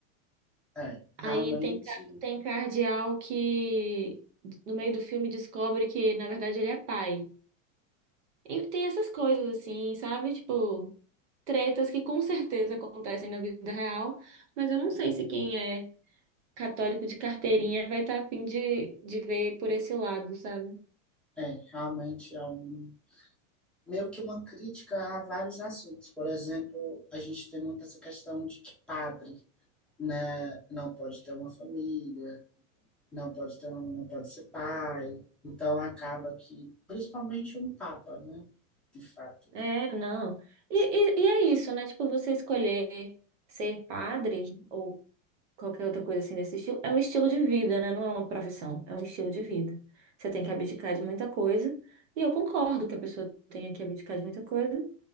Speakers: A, in the centre; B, on the right.
A: É, realmente,
B: Aí tem, ca- tem cardeal que no meio do filme descobre que, na verdade, ele é pai. E tem essas coisas assim, sabe? Tipo, tretas que com certeza acontecem na vida real, mas eu não sei se quem é católico de carteirinha vai estar tá a fim de, de ver por esse lado, sabe?
A: é, realmente é um, meio que uma crítica a vários assuntos. Por exemplo, a gente tem muito essa questão de que padre, né, não pode ter uma família, não pode ter, um- não pode ser pai. Então acaba que, principalmente um papa, né, de fato.
B: É, não. E, e, e é isso, né? Tipo, você escolher ser padre ou qualquer outra coisa assim desse estilo, é um estilo de vida, né? Não é uma profissão, é um estilo de vida. Você tem que abdicar de muita coisa, e eu concordo que a pessoa tenha que abdicar de muita coisa,